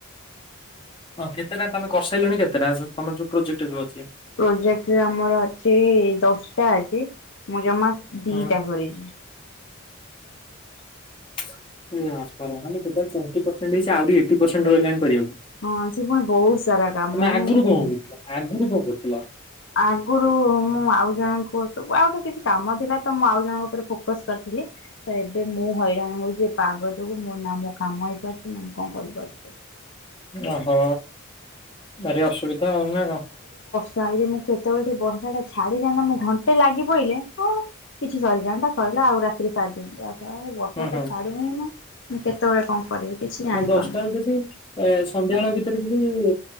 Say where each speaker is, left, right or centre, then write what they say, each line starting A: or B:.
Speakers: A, on the left; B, on the left.
A: ହଁ କେତେଟା ତମେ କସାଇଲଣି କେତଟା ତମର ଯୋଉ ପ୍ରୋଜେକ୍ଟ? ଯୋଉ ଅଛି
B: ପ୍ରଜେକ୍ଟରେ ଆମର ଅଛି ଦଶଟା ଅଛି ମୁଁ ଜମା ଦିଟା
A: ହଁ।
B: କରିଚି।
A: ଆହୁ ଏଟ ରହିଲା କରିବାକୁ। ତମେ ଆଗରୁ କଣ
B: ହଁ ସେ ପୁଣି ବହୁତ
A: କରୁଥିଲ
B: ସାରା କାମ
A: ଆଗରୁ
B: ମୁଁ କେମି
A: କଣ କରୁଥିଲ?
B: ଆଗରୁ ମୁଁ ଆଉ ଜଣଙ୍କୁ ସବୁ ଆଉ ଗୋଟେ କିଛି କାମ ଥିଲା ତ ମୁଁ ଆଉ ଜଣଙ୍କ ଉପରେ ଫୋକସ କରିଥିଲି। ତ ଏବେ ମୁଁ ହଇରାଣ ହଉଛି ଏ ପାଗ ଯୋଗୁ ମୋ ନା ମୋ କାମ ହେଇପାରୁଛି ନା ମୁଁ କଣ କରିପାରୁଛି? <inaudible>
A: ଓହୋ ଭାରି ଅସୁବିଧା ଆଉ ନା କଣ?
B: ତ ମୁଁ କେତେବେଳେ ଟ ବଂସା ଟା ଛାଡିଯା ଘଣ୍ଟେ ଲାଗି ପଇଲେ କିଛି ସରିଯାଆନ୍ତା ସରିଲା ଆଉ ରାତିରେ ସାରି ଦିଅନ୍ତା ଆଉ ବର୍ଷା
A: ହୁଁ
B: ତ
A: ହୁଁ।
B: ଛାଡୁ ହିଁ ନା ମୁଁ କେତେବେଳେ କଣ କରିବି? କିଛି ଜାଣିପାରୁନି
A: ଆ ଦଶଟା ରୁ ଯଦି ଏ ସନ୍ଧ୍ୟା ବଳ ଭିତରେ ଯଦି ହୁଁ